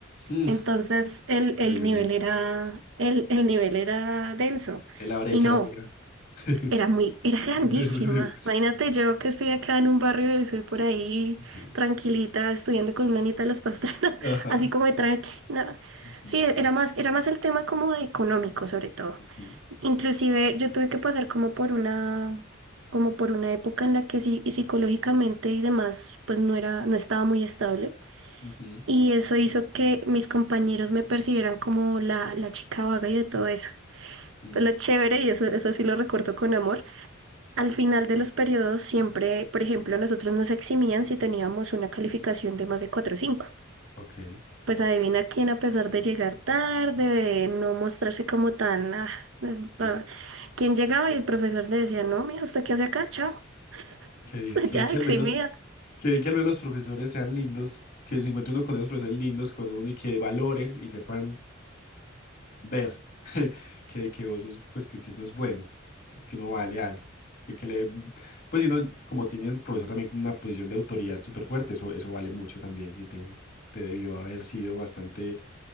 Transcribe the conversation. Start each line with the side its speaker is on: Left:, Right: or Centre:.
Left: Mm,
Right: Entonces el,
Left: Increíble.
Right: el nivel era, el, el nivel era denso.
Left: Eh, La brecha
Right: Y no,
Left: era muy grande. <laughs>
Right: era muy, era grandísima.
Left: Sí.
Right: Imagínate yo que estoy acá en un barrio y soy por ahí
Left: Sí.
Right: tranquilita estudiando con una nieta de los Pastrana, <laughs>
Left: Ajá.
Right: así como de tranqui. no.
Left: Muy
Right: Sí, era
Left: duro.
Right: más, era más el tema como de económico sobre todo.
Left: Ujú,
Right: Inclusive yo tuve que pasar como por una, como por una época en la que sí, y psicológicamente y demás, pues no era, no estaba muy estable.
Left: ujú,
Right: Y eso hizo que mis compañeros me percibieran como la, la chica vaga y de todo eso.
Left: mm,
Right: Pues lo chévere, y eso, eso sí lo recuerdo con amor. Al final de los periodos siempre, por ejemplo, a nosotros nos eximían si teníamos una calificación de más de 4 o cinco
Left: Ok.
Right: pues adivina quién, a pesar de llegar tarde, de no mostrarse como tan... ah,
Left: sí.
Right: ah, quién llegaba y el profesor le decía, no, mira, ¿usted qué hace acá? Chao.
Left: Qué
Right: <laughs>
Left: bien, qué
Right: Ya,
Left: bien que
Right: eximida.
Left: al menos, qué bien que al menos los profesores sean lindos, que se encuentre uno con esos profesores lindos, con uno y que valoren y sepan. ver <laughs> que, que vos sos, pues que, que uno es bueno, que uno vale algo. Que, que le, pues y uno, como tiene el profesor también como una posición de autoridad súper fuerte, eso, eso vale mucho también y te, te debió haber sido bastante,